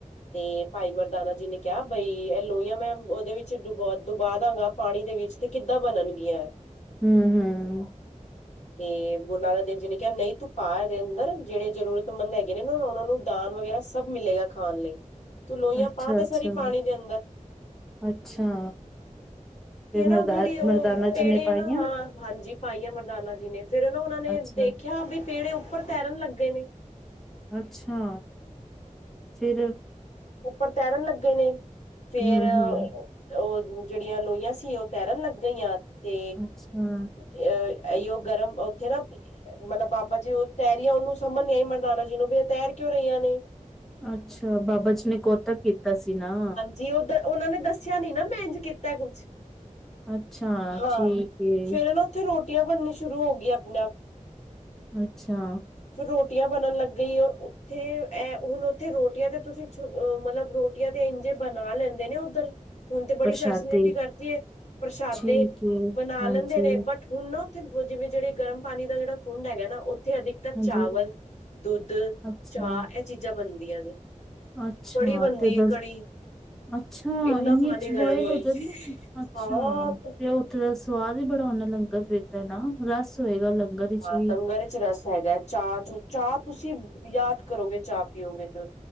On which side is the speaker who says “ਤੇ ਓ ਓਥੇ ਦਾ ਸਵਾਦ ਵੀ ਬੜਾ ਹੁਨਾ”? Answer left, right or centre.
Centre